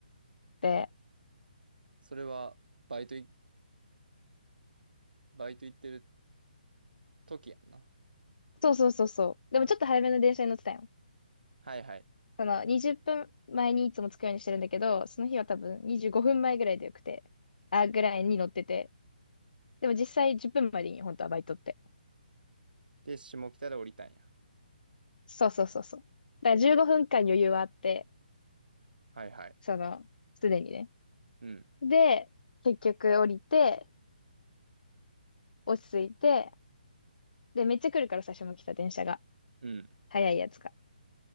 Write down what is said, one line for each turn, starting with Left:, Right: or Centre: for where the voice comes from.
Left: で、
Right: え、それは、バイトい、バイト行ってる時やんな。
Left: そうそうそうそう。でもちょっと早めの電車に乗ってたよ。
Right: はいはい。
Left: その20分前にいつも着くようにしてるんだけど、その日は多分25分前ぐらいでよくて、あ、ぐらいに乗ってて。でも実際10分まえでいいよ、本当はバイトって。
Right: で、下北で降りたんや。
Left: そうそうそうそう。だから15分間余裕はあって、
Right: はいはい。
Left: その、すでにね。
Right: うん、
Left: で、結局降りて、落ち着いて、で、めっちゃ来るから最初も来た電車が。
Right: うん、
Left: 早いやつが。